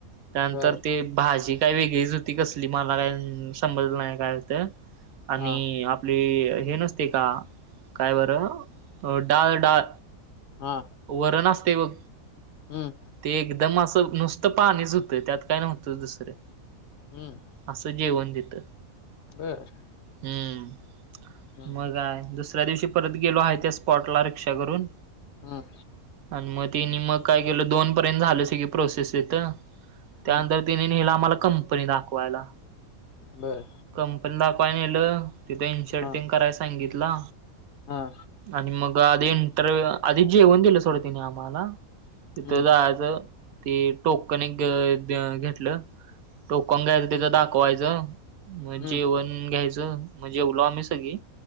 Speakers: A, on the right (about 75°); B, on the left (about 60°).
A: त्यानंतर
B: बर
A: ते भाजी काय वेगळीच होती कसली मला काय समजलं नाय काय होत? आणि
B: हा
A: आपली हे नसतेय का काय बरं डाळ डाळ
B: हा
A: वरण असतय बघ
B: हम्म
A: ते एकदम असं नुसतं पाणीच होतं त्यात काय नव्हतंच दुसरं.
B: हम्म
A: आसं जेवण तिथ.
B: बर.
A: हम्म
B: हम्म
A: मग
B: हम्म
A: काय दुसऱ्या दिवशी परत गेलो आहे त्या स्पॉटला रिक्षा करून
B: हम्म.
A: आणि मग तेनी मग काय केलं दोन पर्यंत झालं सगळी प्रोसेस तिथ त्यानंतर
B: हम्म
A: तिन नेल आम्हाला कंपनी दाखवायला
B: बरं.
A: कंपनी दाखवायला नेल तिथं इन्शर्टिंग
B: हा
A: कराय सांगितला.
B: हा.
A: आणि मग आदी इंटरव्हू आदी जेवण दिल सोड तिन आम्हाला. तिथं
B: हम्म
A: जायाचं ते टोकन एक घेतलं. टोकन घ्यायचं तिथ दाखवायचं मग
B: हम्म
A: जेवण घ्यायचं मग जेवलो आम्ही सगळी